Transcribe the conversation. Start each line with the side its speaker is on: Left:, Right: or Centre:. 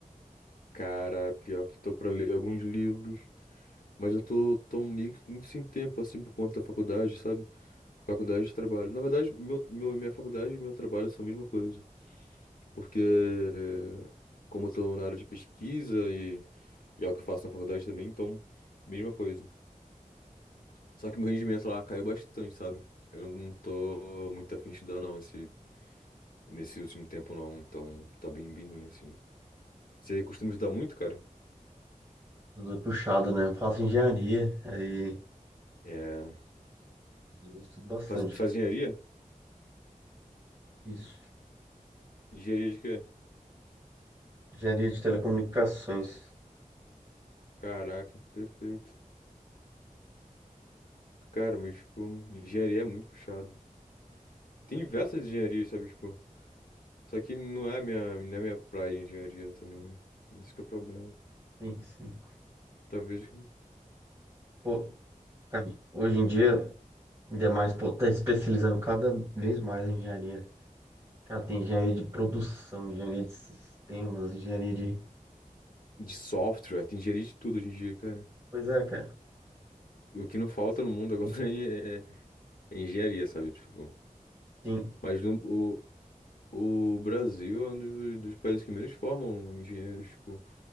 Left: cara, pior que tô pra ler alguns livros, mas eu tô tão meio que muito sem tempo, assim, por conta da faculdade, sabe? Faculdade e trabalho. Na verdade, meu, meu, minha faculdade e meu trabalho são a mesma coisa. Porque, eh, como eu tô na área de pesquisa e, e é o que eu faço na faculdade também, então, mesma coisa. Só que meu rendimento lá caiu bastante, sabe? Eu não tô muito afim de estudar, não, esse, nesse último tempo, não. Então, tá bem, bem ruim, assim. Você costuma estudar muito, cara?
Right: Tudo é puxado, né? Eu faço engenharia, aí
Left: É.
Right: eu estudo bastante.
Left: Faz, faz engenharia?
Right: Isso.
Left: Engenharia de quê?
Right: Engenharia de telecomunicações.
Left: Caraca, perfeito. Cara, mas, tipo, engenharia é muito puxado. Tem diversas engenharias, sabe? Tipo. Só que não é a minha, não é minha praia engenharia também. isso que é o problema.
Right: Sim, sim.
Left: Talvez
Right: Pô, cara, hoje em dia, ainda mais, pô, tá especializando cada vez mais a engenharia. Cara, tem engenharia de produção, engenharia de sistemas, engenharia de...
Left: de software, tem engenharia de tudo hoje em dia, cara.
Right: Pois é, cara.
Left: O que não falta no mundo agora <laughs> é, é- é engenharia, sabe? Tipo,
Right: Sim,
Left: mas no- o, o Brasil é um dos, dos países que menos formam engenheiros, tipo,